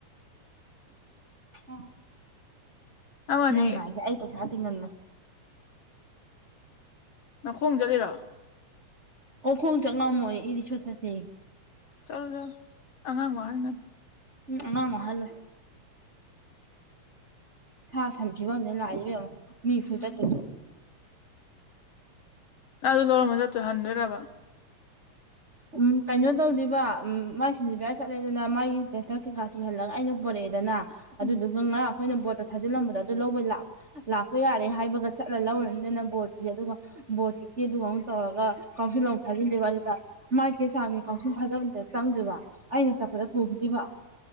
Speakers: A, on the right; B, on the left.
A: ꯍ
B: ꯍꯥꯏ ꯋꯥꯅꯤ
A: ꯅꯪ ꯍꯥꯏꯦ ꯑ ꯄ ꯍꯥ ꯊ ꯉꯟ
B: ꯅꯅꯥꯈꯣꯡ ꯆꯠꯂꯤꯔꯣ
A: ꯀꯈꯣꯡ ꯆ ꯉꯝꯃꯣꯏ ꯏꯔꯤ ꯁꯣꯠ ꯆꯠꯁꯦ
B: ꯆꯜꯗ ꯑꯉꯥꯡ ꯋꯥꯔꯅ
A: ꯎꯝ ꯑꯉꯥꯡ ꯋꯥꯍꯜꯂꯣꯏ ꯁꯥ ꯁꯟꯤꯕ ꯑꯃꯅꯦ ꯂꯥꯛꯏꯕꯦꯝ ꯑꯃ ꯃꯤꯁꯨ ꯆ ꯊ
B: ꯎ ꯅꯪꯗ ꯂꯧꯔꯝꯕ ꯆꯠꯇꯨ ꯍꯟꯗꯣꯏꯔꯕ
A: ꯎꯝ ꯀꯩꯅꯣ ꯇꯧꯗꯣꯏꯕ ꯎ ꯃꯥꯏ ꯁꯤꯟꯖꯤꯕ ꯆꯠꯂꯦꯗꯅ ꯃꯥꯒꯤ ꯄꯦꯊꯛ ꯀꯩꯀꯥ ꯁꯤꯍꯜꯂꯒ ꯑꯩꯅ ꯄꯨꯣꯔꯛꯑꯦꯗꯅ
B: ꯎꯝ
A: ꯑꯗꯨꯗꯨꯒ ꯉꯔꯥꯡ ꯑꯩꯈꯣꯏꯅ ꯕꯣꯠꯇꯣ ꯊꯥꯖꯤꯜꯂꯝꯕꯗꯣ ꯑꯗꯨ ꯂꯧꯕꯩ ꯂꯥꯛꯄ ꯂꯥꯛꯄ ꯌꯥꯔꯦ ꯍꯥꯏꯕꯒ ꯆꯠꯂ ꯂꯧꯔꯅꯤꯗꯅ ꯕꯣꯔꯠꯀꯤ ꯑꯗꯨꯒ ꯕꯣꯠ ꯀꯦ ꯑꯗꯨꯒꯥꯎꯅ ꯇꯧꯔꯒ ꯀꯥꯎꯁꯤꯜꯂꯥꯎ ꯊꯥꯖꯤꯟꯗꯦꯕ ꯑꯗꯨꯗ ꯃꯥꯏ ꯆꯦ ꯆꯥꯡꯅꯤ ꯀꯥꯡꯊꯨꯝ ꯐꯖꯕꯗ ꯆꯪꯗꯕ ꯑꯩꯅ ꯆꯠꯄꯗ ꯄꯨꯗꯕ